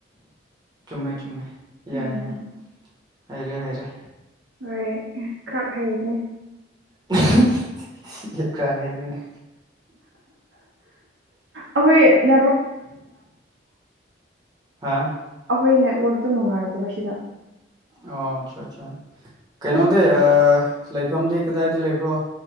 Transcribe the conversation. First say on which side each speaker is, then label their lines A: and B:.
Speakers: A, on the right; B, on the right.
A: ꯆꯨꯝꯃꯦ ꯆꯨꯝꯃꯦ ꯌꯥꯏ
B: ꯎꯝ
A: ꯌꯥꯏ ꯍꯩꯔꯦ ꯍꯩꯔꯦ
B: ꯍꯣꯏ ꯈꯔ ꯍꯩꯕꯅꯦ
A: <unintelligible> ꯈꯔ ꯍꯩꯕꯅꯦ
B: ꯑꯩꯈꯣꯏ ꯅꯔ
A: ꯍꯥꯥ
B: ꯑꯩꯈꯣꯏ ꯅꯦꯠꯋꯥꯛꯇꯨ ꯅꯨꯡꯉꯥꯏꯗꯕꯁꯤꯗ
A: ꯑꯣ ꯑꯠꯁꯥ ꯑꯠꯁꯥ ꯀꯩꯅꯣꯗꯤ ꯂꯩꯐꯝꯗꯤ ꯀꯗꯥꯏꯗ ꯂꯩꯕ꯭ꯔꯣ